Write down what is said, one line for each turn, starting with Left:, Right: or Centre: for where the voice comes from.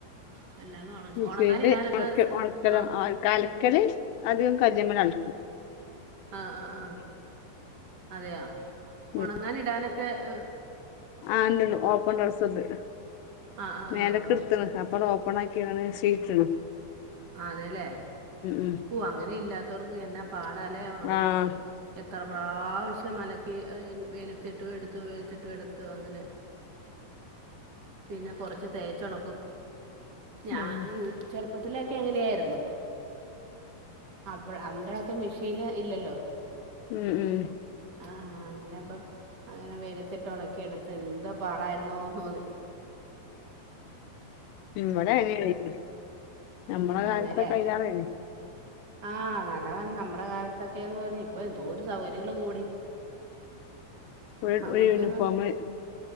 Right: ആ അല്ലാതെ ഉണ
Left: മിഷീൽ
Right: ഉണങ്ങാനിടാനൊക്കെ
Left: ഒണക്കി
Right: സ
Left: ഒണക്കല്
Right: ഉണ
Left: അലക്കല് അധികും കല്ലിമ്മല് അൽക്കും
Right: ആ ആ ആ അതെയോ
Left: ഉം
Right: ഒണങ്ങാനിടാനൊക്കെ ക്കെ ഹ്
Left: ആ ഉണ്ടെണ്ട് ഒ <unintelligible>
Right: ആ ആ
Left: മേലക്ക്
Right: ആ
Left: ഇട്ത്ത്ണ് അപ്പ അവടെ ഓപ്പൺ ആ <unintelligible>
Right: അതെല്ലേ
Left: ഉം
Right: ഓ അങ്ങനെ ഇല്ലാത്തവർക്ക് എന്നാ പാടാല്ലെ ഒണങ്ങി
Left: ആഹ്
Right: എത് എത്ര പ്രാവശ്യംഒന്നലക്കി വെയ്ലത്തിട്ടു എടുത്തു വെയ്ലത്തിട്ടു എടുത്തു അങ്ങനെ പിന്നെ കുറച്ച് തേച്ച് ഒണക്കും ഞാൻ
Left: ഉം
Right: ചെറുപ്പ് ത്തിലൊക്കെ അങ്ങനെയായിരുന്നു അപ്പോൾ അന്നേരമൊക്കെ മെഷീന് ഇല്ലല്ലോ
Left: ഉം ഉം
Right: ആ അങ്ങനെ അപ്പം അങ്ങനെ വെയിലത്തിട്ട് ഒണക്കി എടുത്ത് എന്ത്‌ പാടായിരുന്നോ അത്
Left: ഇവിടെ അങ്ങനെണ് ഞമ്മള കാലത്തൊക്കെ
Right: അതെല്ലേ
Left: അയ്ലേറെയ്നി
Right: ആ അതാ പറഞ്ഞെ നമ്മടെ കാലത്തൊക്കെന്ന് പറഞ്ഞാൽ ഇപ്പൊ എന്തോരു സൗകര്യങ്ങള് കൂടി
Left: ഒരു
Right: അന്നൊക്കെന്ന്
Left: ഒരു യൂണിഫോമ്